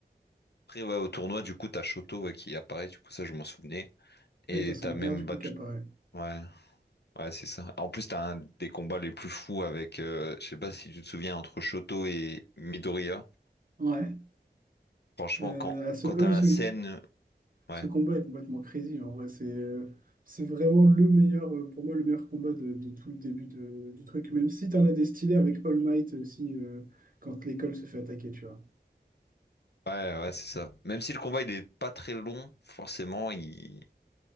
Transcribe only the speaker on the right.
Et t'as son
père du
coup qui apparaît.
Ouais.
Euh,
à ce...
ah
oui,
ce...
Ce combat est complètement crazy. En vrai, c'est euh, c'est vraiment le meilleur, euh, pour moi, le meilleur combat de, de tout le début de- du truc. Même si tu en as des stylés avec All Might aussi, euh, quand l'école se fait attaquer, tu vois.